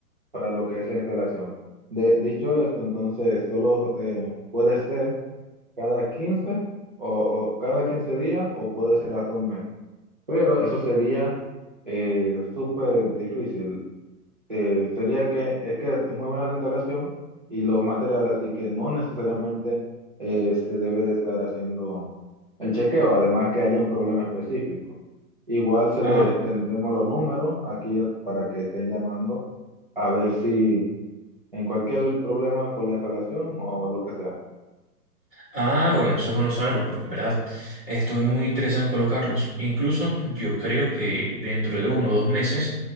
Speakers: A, on the right (about 35°); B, in the centre.
A: para lo que es la instalación. De, dicho esto, entonces solo eh, puede ser cada 15 o, o cada quince días o puede ser hasta un mes. Pero eso sería eh, súper difícil. Eh, sería que es que es muy buena la instalación y los materiales, así que no necesariamente eh, se debe de estar haciendo el chequeo, además que haya un problema específico. Igual se
B: Ah,
A: le tendremos los números aquí para que estén llamando a ver si en cualquier problema con la instalación o lo que sea.
B: Ah, bueno, eso es bueno saberlo porque en verdad estoy muy interesado en colocarlos. Incluso yo creo que dentro de uno o dos meses